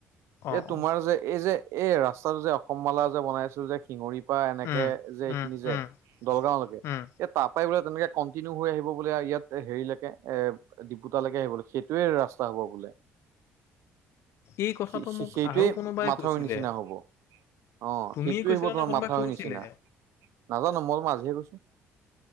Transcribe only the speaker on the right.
এই তোমাৰ
যে এই যে এই ৰাস্তা যে। সমালা যে বনাইছোঁ যে শিঙৰি। বা এনেকে
যে এইখিনি
যে
দলগাওঁলৈকে
এই তাৰ পৰাই বোলে। তেনেকে কণ্টিনিউ কৰি আহিব বোলে ইয়াত হেৰিলৈকে এ ডিবুতালৈকে আহিব বোলে সেইটোয়ে ৰাস্তা হ'ব বোলে।
সেইটোৱেই
মাথাউৰি
নিচিনা হব অ
সেইটোৱে
হ'ব তোমাৰ
মাথাউৰিৰ
নিচিনা নাজানো মই তো মাজহে কৈছো।